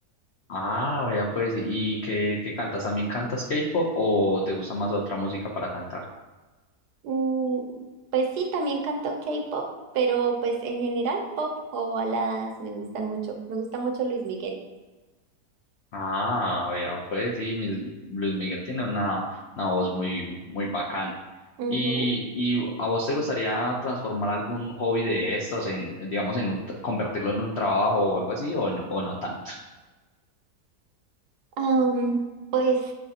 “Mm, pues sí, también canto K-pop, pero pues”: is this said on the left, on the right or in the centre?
Right